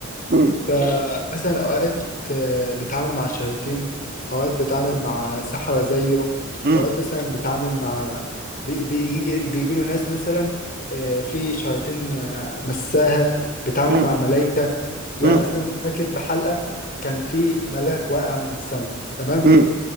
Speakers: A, on the right; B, on the left.
A: امم
B: فمثلا اوقات آه، بتعامل مع شياطين اوقات بتعامل مع سحرة زيه
A: امم
B: اوقات مثلا بتعامل مع بي- بيجي بيجي له ناس مثلا آه، في شياطين آه، مساها بتعامل
A: امم
B: مع ملايكة يعني
A: امم
B: مثلا فاكر في حلقة كان في ملاك واقع من السماء تمام
A: امم